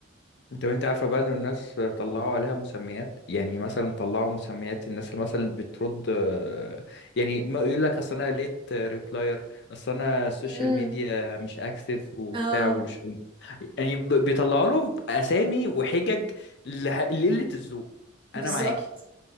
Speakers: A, on the left; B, on the right.
A: طب انت عارفة بقى ان الناس طلعوا عليها مسميات يعني مثلا طلعوا مسميات الناس اللي مثلا بترد آه، يعني ما يقول لك اصل انا ليت ريبلاير اصل انا السوشيال
B: امم
A: ميديا مش اكتف وبتاع
B: اه
A: ومش يعني ب- بيطلعوا لهم اسامي وحجج لح- لقلة الذوق
B: بالظبط
A: انا معاكي